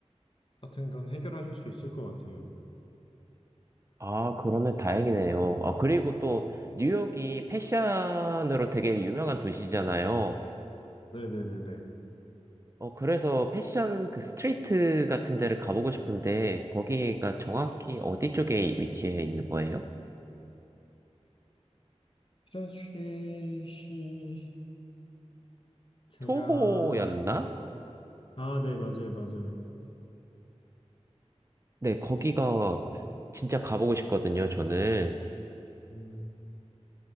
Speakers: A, on the left; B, on the right.
A: 같은 건 해결하실 수 있을 것 같아요.
B: 아, 그러면 다행이네요. 아, 그리고 또 뉴욕이 패션으로 되게 유명한 도시잖아요.
A: 네네네네.
B: 어, 그래서 패션 그 스트리트 같은 데를 가보고 싶은데 거기가 정확히 어디 쪽에 위치해 있는 거예요?
A: 춘씨 씨 제가
B: 소호였나?
A: 아 네 맞아요 맞아요.
B: 네, 거기가 진짜 가보고 싶거든요, 저는.
A: 음